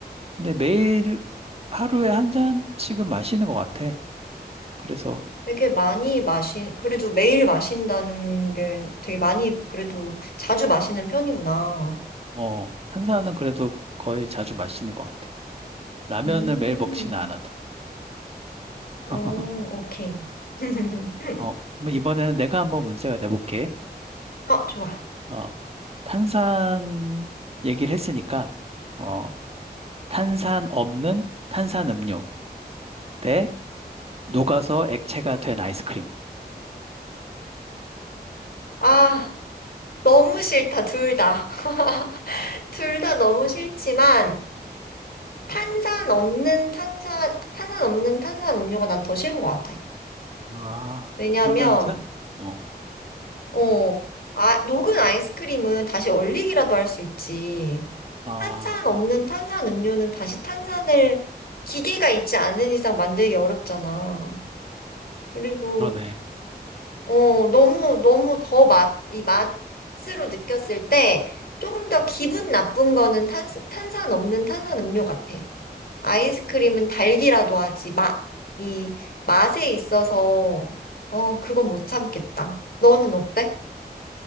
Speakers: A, on the right (about 35°); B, on the left (about 65°).
A: 근데 매일 하루에 한 잔씩은 마시는 것 같아. 그래서
B: 되게 많이 마시, 그래도 매일 마신다는 게 되게 많이, 그래도 자주 마시는 편이구나.
A: 어, 탄산은 그래도 거의 자주 마시는 것 같아. 라면을
B: 음,
A: 매일 먹지는 않아도. <laughs>
B: 오, 오케이. <laughs>
A: 어, 그럼 이번에는 내가 한번 문제가 돼볼게.
B: 어, 좋아.
A: 어, 탄산 얘기를 했으니까, 어, 탄산 없는 탄산 음료 대 녹아서 액체가 된 아이스크림.
B: 아, 너무 싫다, 둘 다. <laughs> 둘 다 너무 싫지만, 탄산 없는 탄산, 탄산 없는 탄산 음료가 난 더 싫은 것 같아.
A: 아,
B: 왜냐면,
A: 그러면은 차? 어,
B: 어, 아, 녹은 아이스크림은 다시 얼리기라도 할 수 있지.
A: 아,
B: 탄산 없는 탄산 음료는 다시 탄산을 기계가 있지 않은 이상 만들기 어렵잖아. 그리고,
A: 그러네.
B: 어, 너무, 너무 더 맛, 이 맛으로 느꼈을 때 조금 더 기분 나쁜 거는 탄, 탄산 없는 탄산 음료 같아. 아이스크림은 달기라도 하지. 맛, 이 맛에 있어서, 어, 그건 못 참겠다. 너는 어때?